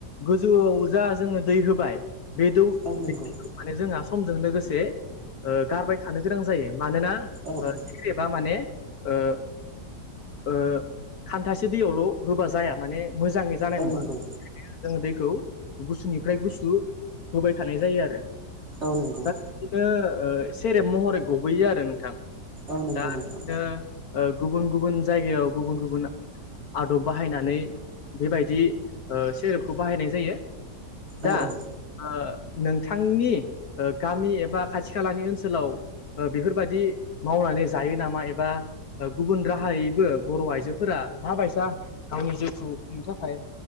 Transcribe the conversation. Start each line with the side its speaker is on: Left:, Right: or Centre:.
Left: गोजौआव जा जोङो दै होबाय बे दै
Right: औ नंगौ
Left: <unintelligible> माने जोंहा समजों लोगोसे ओ गारबाय थानो गोनां जायो मानोना
Right: औ औ
Left: सेरेब बा माने ओ ओ खान्थासे दैयावल' होबाल' जाया माने मोजाङै जानाय
Right: औ
Left: नङा।
Right: नंगौ
Left: दानिया जोङो दैखौ गुसुनिफ्राय गुसु होबाय थानाय जायो आरो।
Right: औ नंगौ
Left: दा बिदिनो ओ सेरेब महरै गबोयो आरो नोंथां
Right: औ नंगौ
Left: दा
Right: नोंथां
Left: बिदिनो ओ गुबुन गुबुन जायगायाव गुबुन गुबुन आदब बाहायनानै बेबायदि ओ सेरेपखौ बाहायनाय जायो। दा
Right: औ औ
Left: ओ नोंथांनि ओ गामि एबा खाथि खालानि ओनसोलाव ओ बेफोरबायदि मावनानै जायो नामा एबा गुबुन राहायैबो बर' आइजोफोरा मा बैयसा गावनि जिउखौ खुंनो थाखाय